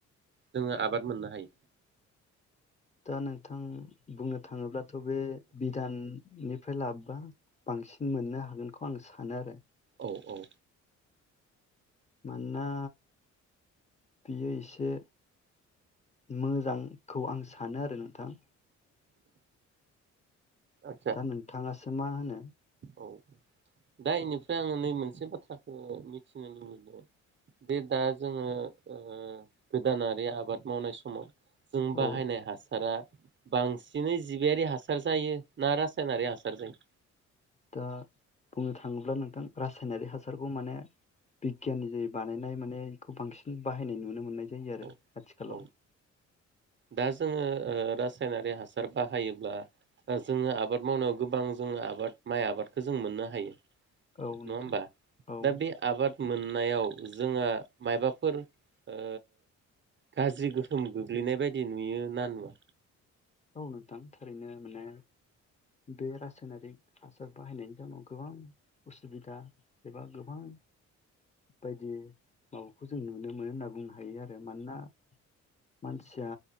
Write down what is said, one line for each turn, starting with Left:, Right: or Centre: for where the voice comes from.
Right: जोङो आबाद मोननो हायो?
Left: दा नोंथां बुंनो थाङोब्लाथ' बे बि दाननिफ्राय लाबोबा बांसिन मोननो हागोनखौ आं सानो आरो।
Right: औ औ।
Left: मानोना बियो इसे मोजांखौ आं सानो आरो नोंथां।
Right: आदसा
Left: दा नोंथाङासो मा होनो?
Right: औ दा इनिफ्राय आङो नै मोनसे बाथ्राखौ मिथिनो लुबैदों बे दा जोङो ओ गोदानारि आबाद मावनाय समाव जों बाहायनाय
Left: औ
Right: हासारा बांसिनै जिबियारि हासार जायो ना रासायनारि हासार जायो?
Left: दा बुंनो थाङोब्ला नोंथां रासायनारि हासारखौ माने बिगियाननि जे बानायनाय माने बेखौ बांसिन बाहायनाय नुनो मोननाय जायो आरो
Right: औ
Left: आथिखालाव।
Right: औ दा जोङो ओ रासायनारि हासार बाहायोब्ला जोङो आबाद मावनायाव गोबां जोङो आबाद माइ आबादखौ जों मोननो हायो नङा
Left: औ नोंथां
Right: होमबा?
Left: औ
Right: दा बे आबाद मोननायाव जोंहा माबाफोर ओ गाज्रि गोहोम गोग्लैनाय बाय दि नुयो ना नुवा?
Left: औ नोंथां थारैनो माने बे रासायनारिक हासार बाहायनायनि जाउनाव गोबां उसुबिदा एबा गोबां बायदि माबाखौ जों नुनो मोनो होनना बुंनो हायो आरो मानोना मानसिया